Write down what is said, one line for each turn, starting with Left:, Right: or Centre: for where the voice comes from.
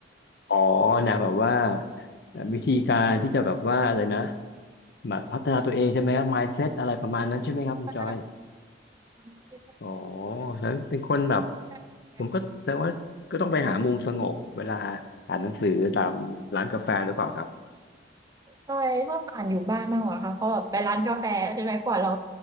Left: อ๋อนะแบบว่าเอ่อวิธีการที่จะแบบว่าอะไรนะแบบพัฒนาตัวเองใช่ไหมครับ mindset อะไรประมาณนั้นใช่ไหมครับคุณจอย
Right: ใช่ความคิดแล้วก็
Left: อ๋อแล้วเป็นคนแบบ
Right: การทำงาน
Left: ผมก็แต่ว่าก็ต้องไปหามุมสงบเวลาอ่านหนังสือตามร้านกาแฟหรือเปล่าครับ
Right: จอยชอบอ่านอยู่บ้านมากกว่าค่ะเพราะแบบไปร้านกาแฟใช่ไหมกว่าเรา